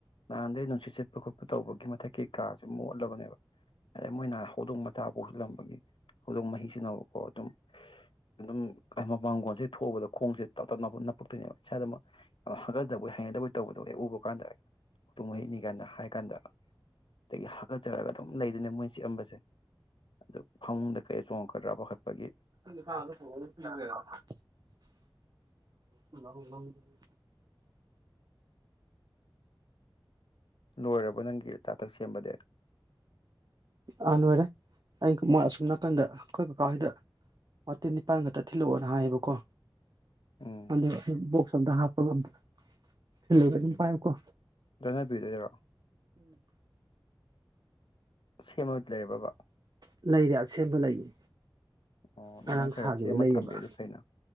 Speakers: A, on the left; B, on the right.
A: ꯅꯍꯥꯟꯗꯩ ꯅꯨꯡꯁꯤꯠ ꯁꯤꯠꯄ ꯈꯣꯠꯄ ꯇꯧꯕꯒꯤ ꯃꯊꯛꯀꯤ ꯀꯥꯥꯁꯦ ꯃꯣꯠꯂꯕꯅꯦꯕ ꯑꯗꯩ ꯃꯣꯏꯅꯍꯥꯟ ꯍꯧꯗꯣꯡ ꯃꯆꯥ ꯄꯧꯁꯤꯜꯂꯝꯕꯒꯤ ꯍꯧꯗꯣꯡ ꯃꯍꯤꯁꯤꯟꯅꯕꯀꯣ ꯑꯗꯨꯝ ꯑꯗꯨꯝ ꯃꯄꯥꯡꯒꯣꯟꯜꯁꯦ ꯊꯣꯛꯕꯗ ꯈꯣꯡꯁꯦ ꯇꯞ ꯇꯞ ꯞꯄꯞ ꯅꯞꯄꯛꯇꯣꯏꯅꯦꯕ ꯏꯁꯥꯗꯃꯛ ꯌꯥꯝ ꯍꯥꯀꯠꯆꯕꯩ ꯍꯩꯅꯗꯕꯩ ꯇꯧꯕꯗꯣ ꯍꯦꯛ ꯎꯕ ꯀꯥꯟꯗ ꯍꯇꯨꯝ ꯍꯩꯅꯤ ꯀꯥꯟꯗ ꯍꯥꯏ ꯀꯥꯟꯗ ꯑꯗꯒꯤ ꯍꯥꯀꯠꯆꯔꯒ ꯑꯗꯨꯝ ꯂꯩꯗꯨꯅꯦ ꯃꯣꯏ ꯆꯤꯛꯑꯝꯕꯁꯦ ꯑꯗꯨ ꯐꯃꯨꯡꯗ ꯀꯩ ꯆꯣꯡꯉꯛꯀꯗ꯭ꯔꯥꯕ ꯈꯠꯄꯒꯤ
B: ꯑ
A: ꯂꯣꯏꯔꯕ ꯅꯪꯒꯤ ꯆꯥꯇꯛ ꯁꯦꯝꯕꯗꯦ
B: ꯑꯥ ꯂꯣꯏꯔꯦ ꯑꯩ ꯑꯁꯨꯝ ꯅꯥꯀꯟꯗ ꯑꯩꯈꯣꯏ ꯀꯀꯥꯁꯤꯗ ꯋꯥꯇꯤꯟ ꯅꯤꯄꯥꯥꯟ ꯈꯛꯇ ꯊꯤꯜꯂꯛꯑꯣꯅ ꯍꯥꯏꯌꯦꯕꯀꯣ
A: ꯎꯝ
B: ꯑꯗ ꯁꯗ ꯍꯥꯞꯄꯒꯗ ꯊꯂꯒ ꯄꯥꯏ ꯀꯣ
A: ꯂꯅ ꯄꯤꯗꯔꯣꯑꯣ ꯁꯦꯝꯃ ꯂꯩꯔꯕꯕꯥ
B: ꯂꯩꯔꯦ ꯑꯁꯦꯡꯕ ꯂꯩꯌꯦ
A: ꯑꯣ ꯑꯗꯨꯃꯥꯏꯅ
B: ꯉꯔꯥꯡ
A: ꯈꯔ
B: ꯁꯥꯒꯤ
A: ꯁꯦꯝꯃ
B: ꯑꯣꯏꯅ ꯂꯩꯌꯦꯕ
A: ꯊꯝꯕꯤꯔꯗꯤ ꯐꯩꯅ